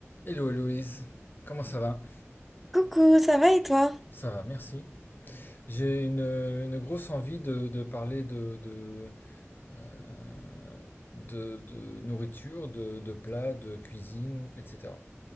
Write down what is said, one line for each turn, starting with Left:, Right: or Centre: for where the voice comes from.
Left: Hello Héloïse, comment ça va?
Centre: Coucou, ça va et toi?
Left: Ça va, merci. J'ai une, une grosse envie de, de parler de, de, euh, de- de nourriture, de, de plats, de cuisine, etc.